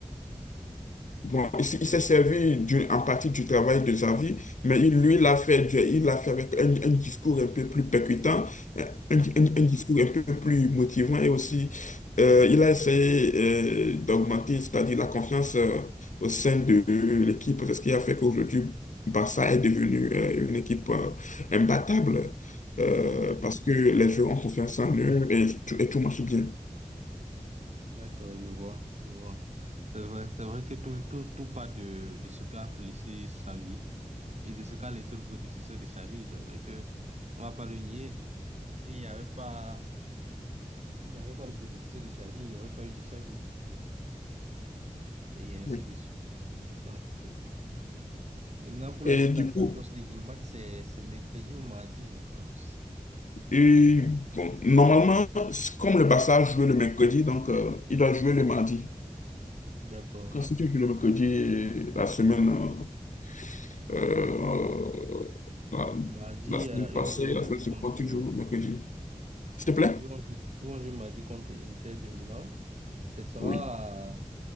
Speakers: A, on the left; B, on the right.
A: Bon, il, s- il s'est servi du- en partie du travail de Xavi, mais il, lui, l'a fait, du- il l'a fait avec un, un discours un peu plus percutant, un,
B: D'accord.
A: un- un discours un peu plus motivant et aussi, euh, il a essayé euh, d'augmenter, c'est-à-dire la confiance euh, au sein de l'équipe, c'est ce qui a fait qu'aujourd'hui, Barça est devenu euh, une équipe euh, imbattable euh,
B: Wow.
A: parce que les joueurs ont confiance en eux et, tout et tout marche bien.
B: D'accord, je vois, je vois. C'est vrai, c'est vrai que tout, tout, tout part de, de ce qu'a laissé sa vie et de ce qu'a laissé le prédécesseur de sa vie. C'est vrai que on va pas le nier. S'il n'y avait pas, s'il n'y avait pas le prédécesseur de sa vie, il n'y aurait pas eu de sa vie. Et ainsi
A: Oui.
B: de suite. Donc, je pense que c'est ça. Et maintenant, pour la
A: Et
B: suite
A: du
B: en
A: coup,
B: Champions League, le match, c'est, c'est mercredi ou mardi, je pense.
A: et bon, normalement, c'est comme le Barça joue le mercredi, donc euh, il doit jouer le mardi.
B: D'accord.
A: Quand si tu joues le mercredi, euh, la semaine, euh, euh, la,
B: Mardi,
A: la semaine
B: euh,
A: passée,
B: et on joue mardi
A: la semaine suivante,
B: contre
A: tu joues le mercredi. S'il te plaît?
B: Oui, Yonju m'a dit contre Inter de Milan. Ce sera
A: Oui.